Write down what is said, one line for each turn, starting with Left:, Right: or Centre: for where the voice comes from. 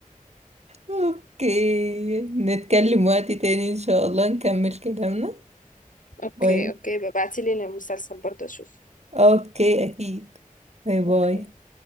Right: اوكي نتكلم وقت تاني ان شاء الله نكمل كلامنا
Left: اوكي
Right: باي
Left: اوكي ببعتيلي المسلسل برضه اشوف
Right: اوكي اكيد باي باي
Left: اوكي